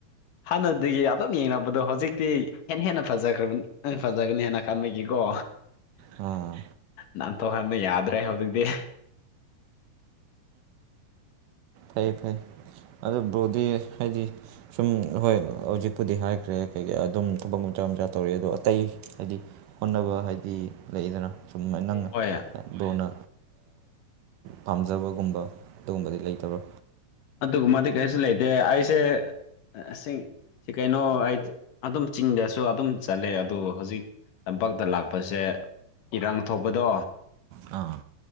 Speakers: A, on the left; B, on the right.
A: ꯍꯥꯟꯅꯗꯒꯤ ꯑꯗꯨꯝ ꯌꯦꯡꯅꯕꯗꯣ ꯍꯧꯖꯤꯛꯇꯤ ꯍꯦꯟꯅ ꯍꯦꯟꯅ ꯐꯖꯈ꯭ꯔꯕꯅꯤ ꯐꯖꯒꯅꯤ ꯍꯦꯟꯅ ꯀꯝꯃꯦꯗꯤꯀꯣ
B: ꯑꯥ
A: ꯅꯟꯊꯣꯛꯍꯟꯕ ꯌꯥꯗ꯭ꯔꯦ ꯍꯧꯖꯤꯛꯇꯤ
B: ꯐꯩ ꯐꯩ ꯑꯗꯨ ꯭ꯔꯣꯗꯤ ꯍꯥꯏꯗꯤ ꯁꯨꯝ ꯍꯣꯏ ꯍꯧꯖꯤꯛꯄꯨꯗꯤ ꯍꯥꯏꯈ꯭ꯔꯦ ꯀꯩ ꯑꯗꯨꯝ ꯊꯕꯛ ꯃꯨꯆꯥ ꯃꯆꯥ ꯇꯧꯔꯛ ꯑꯗꯣ ꯑꯇꯩ ꯍꯥꯏꯗꯤ ꯍꯣꯠꯅꯕ ꯍꯥꯏꯗꯤ ꯂꯩꯗꯅ ꯁꯨꯝꯥꯏ ꯅꯪꯅ
A: ꯍꯣꯏ
B: ꯂꯨꯅ ꯄꯥꯝꯖꯕꯒꯨꯝꯕ ꯑꯗꯨꯒꯨꯝꯕꯗꯤ ꯂꯩꯇꯕ꯭ꯔꯣ
A: ꯑꯗꯨꯒꯨꯝꯕꯗꯤ ꯀꯔꯤꯁꯨ ꯂꯩꯇꯦ ꯑꯩꯁꯦꯁꯤꯡ ꯁꯤ ꯀꯩꯅꯣ ꯑꯩ ꯑꯗꯨꯝ ꯆꯤꯡꯗꯁꯨ ꯑꯗꯨꯝ ꯆꯠꯂꯦ ꯑꯗꯣ ꯍꯧꯖꯤꯛ ꯇꯝꯄꯥꯛꯇ ꯂꯥꯛꯄꯁꯦ ꯏꯔꯥꯡ ꯊꯣꯛꯄꯗꯣ
B: ꯑꯥ